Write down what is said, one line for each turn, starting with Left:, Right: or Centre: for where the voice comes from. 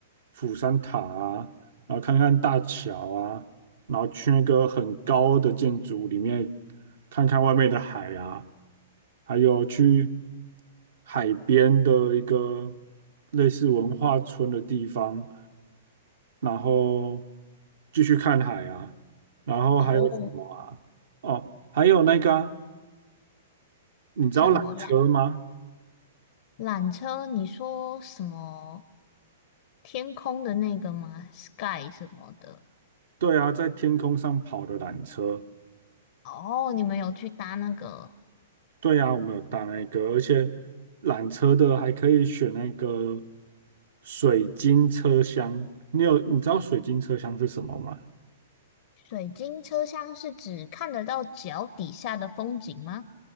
Right: 釜山塔啊，然后看看大桥啊，然后去那个很高的建筑里面看看外面的海啊，还有去海边的一个类似文化村的地方，然后继续看海啊。然后还有什么啊？
Left: 哦，
Right: 哦，还有那个啊你知道缆车吗？
Left: 什么呀？缆车，你说什么天空的那个吗？Sky 什么的？
Right: 对啊，在天空上跑的缆车。
Left: 哦，你们有去搭那个
Right: 对啊，我们有搭那个，而且缆车的还可以选那个水晶车厢。你有你知道水晶车厢是什么吗？
Left: 水晶车厢，是指看得到脚底下的风景吗？